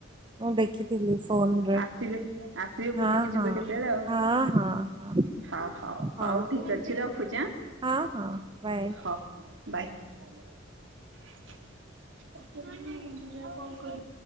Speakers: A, on the right; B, on the right.
A: ମୁଁ ଦେଖିଥିଲି ଫୋନ୍ ରେ
B: ଆସିବେ ଆସିବେ ବୁଲିକି
A: ହଁ
B: ଯିବେ
A: ହଁ
B: କେତେବେଳେ ଆଉ।
A: ହଁ ହଁ ହଁ।
B: ହଁ ହଉ
A: ହଁ
B: ହଉ ଠିକ୍ ଅଛି ରଖୁଛି ଆଁ
A: ହଁ ହଁ ବାଏ।
B: ହଉ ବାଏ। <inaudible> କଲ୍ କରିବୁ।